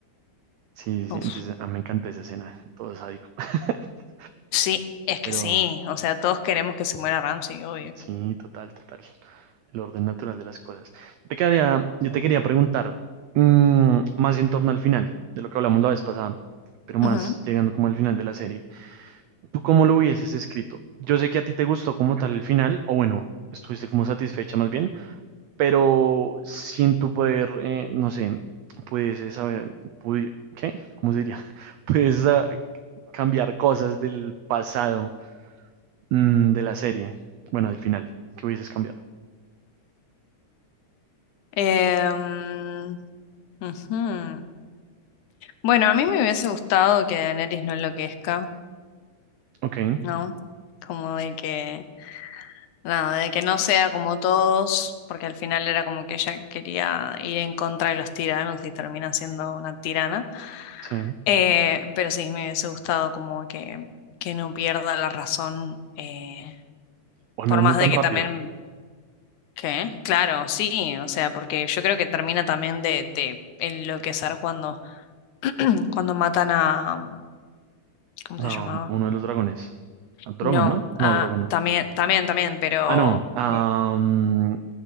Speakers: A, on the right; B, on the left.
A: Sí, sí,
B: Uf,
A: sí. Entonces, a mí me encanta esa escena, todo sádico. <laughs>
B: sí, es que
A: Pero,
B: sí. O sea, todos queremos que se muera Ramsey, obvio.
A: Sí, total, total. El orden natural de las cosas. Yo te quería, yo te quería preguntar mm, más en torno al final de lo que hablamos la vez pasada, pero más
B: Ujú.
A: llegando como al final de la serie. ¿Tú cómo lo hubieses escrito? Yo sé que a ti te gustó como tal el final, o bueno, estuviste como satisfecha más bien, pero sin tu poder, eh, no sé, pudieses saber, pudi- ¿qué? ¿Cómo se diría? <laughs> Pudieses ah, cambiar cosas del pasado, mm, de la serie, bueno, del final, que hubieses cambiado.
B: Em, ujú. Bueno, a mí me hubiese gustado que Daenerys no enloquezca,
A: Ok,
B: ¿no? Como de que, nada, de que no sea como todos, porque al final era como que ella quería ir en contra de los tiranos y termina siendo una tirana.
A: sí.
B: Eh, pero sí, me hubiese gustado como que, que no pierda la razón, eh,
A: O al
B: por
A: menos
B: más
A: no tan
B: de que
A: rápido.
B: también ¿Qué? Claro, sí, o sea, porque yo creo que termina también de, de enloquecer cuando, <clears throat> cuando matan a, ¿cómo
A: Ah,
B: se llamaba?
A: uno de los dragones. A Drogon,
B: No,
A: ¿no? No,
B: ah,
A: Drogon no.
B: también, también, también, pero,
A: Ah, no. ah,
B: eh,
A: mm,